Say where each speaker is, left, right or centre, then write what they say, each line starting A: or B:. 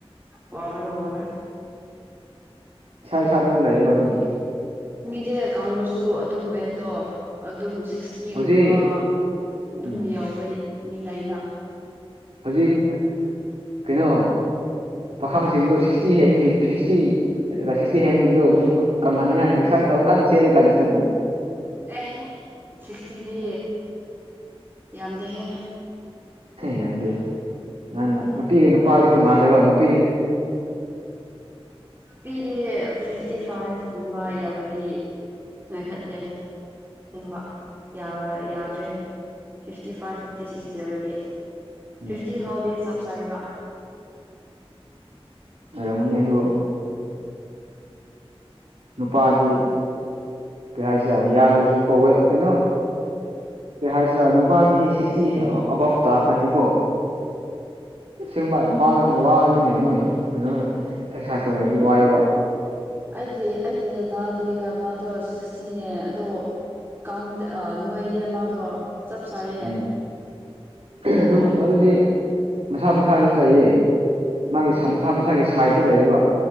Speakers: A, on the right; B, on the right.
A: ꯑꯣꯏꯔ ꯋꯥꯔ
B: ꯁꯥꯏ ꯁꯥꯗꯔ ꯂꯩꯑꯌꯦꯕ ꯑꯗꯨꯟ
A: ꯃꯤꯗꯤ ꯀꯥꯡꯂꯨꯞꯁꯨ ꯑꯗꯨꯝ ꯋꯦꯠꯇꯣ ꯑꯗꯨꯝ ꯁꯤꯛꯁ ꯖꯤꯒꯨꯝꯕ
B: ꯍꯧꯖꯤꯛ
A: ꯑꯗꯨꯝ
B: ꯎꯝ
A: ꯌꯥꯎꯕ ꯃꯤ ꯂꯥꯏꯅ
B: ꯍꯧꯖꯤꯛ ꯀꯩꯅꯣ ꯄꯥꯈꯪꯁꯤꯡꯗꯣ ꯁꯤꯛꯁꯇꯤ ꯍꯦꯟꯕꯁꯤꯡ ꯁꯤꯛꯁꯇꯤ ꯁꯤꯁꯇꯤ ꯍꯦꯝꯁꯤꯡꯗꯣ ꯃꯣꯏ ꯀꯪꯍꯟꯅꯤꯡ ꯀꯥꯏꯗ ꯑꯦꯛꯁꯔꯁꯥꯏꯁ ꯇꯧꯔ ꯀꯥꯟ ꯆꯦꯜꯠꯂꯀꯥꯟꯅꯤꯁꯤꯗꯕꯨ
A: ꯑꯦꯍꯦ ꯁꯤꯛꯁꯇꯤꯗꯤ ꯌꯥꯝꯗꯦꯍꯦ
B: ꯌꯥꯝꯗꯤꯦ ꯅꯪꯅ
A: ꯌꯥꯝꯗꯦ
B: ꯅꯨꯄꯤꯒ
A: ꯌꯥꯝꯗꯦ
B: ꯅꯨꯄꯥꯒꯤ ꯇꯣꯡꯉꯥꯜꯂꯦꯕ ꯅꯨꯄꯤꯅ
A: ꯅꯨꯄꯤꯗꯤ ꯐꯤꯐꯇꯤ ꯐꯥꯏꯚꯒꯨꯝꯕ ꯌꯥꯎꯔꯗꯤ ꯉꯥꯏꯈꯠꯂꯦ ꯁꯤꯕ ꯌꯥꯗ꯭ꯔꯦ ꯐꯤꯐꯇꯤ ꯐꯥꯏꯚ ꯐꯤꯐꯇꯤ ꯁꯤꯛꯁ ꯌꯔꯗꯤ ꯐꯤꯐꯇꯤ
B: ꯎꯝ
A: ꯐꯥꯎꯖꯞꯥꯏꯕ
B: ꯔꯃꯨꯅꯤ ꯑꯗꯨ ꯅꯨꯄꯥꯗꯤ ꯀꯩ ꯍꯥꯏꯁꯦ ꯌꯥꯝꯗ꯭ꯔꯁꯨ ꯀꯧꯋꯦ ꯀꯩꯅꯣ ꯀꯩ ꯍꯥꯏꯁꯤꯔꯥ ꯅꯨꯄꯥꯗꯤ ꯁꯤꯛꯁꯇꯤ ꯑꯕꯞ ꯇꯥꯈ꯭ꯔꯗꯤꯀꯣ ꯁꯦꯝꯕ ꯋꯥꯒꯅꯤꯅꯦ ꯃꯣꯏ ꯀꯩꯅꯣ ꯑꯦꯛꯁꯔꯁꯥꯏꯁ ꯇꯧꯗ꯭ꯔꯗꯤ ꯋꯥꯏꯑꯦꯕ
A: ꯑꯩꯒꯤ ꯑꯩꯒꯤ ꯗꯗꯥꯗꯤ ꯃꯥꯗꯣ ꯁꯤꯛꯁꯇꯤꯅꯦ ꯑꯗꯣ ꯀꯥꯡꯗꯦ ꯑ ꯅꯣꯏꯩꯗꯦ ꯃꯥꯗꯣ ꯆꯞ ꯆꯥꯏꯌꯦ
B: ꯎꯝ ꯑꯗꯨꯝ ꯃꯗꯨꯗꯤ ꯃꯁꯥ ꯃꯁꯥ ꯍꯥꯏꯗꯨꯁꯨ ꯂꯩꯌꯦ ꯃꯥꯒꯤ
A: ꯑꯥ
B: ꯃꯁꯥ ꯃꯁꯥꯒꯤ ꯁꯥꯏꯖꯇ ꯂꯩꯕ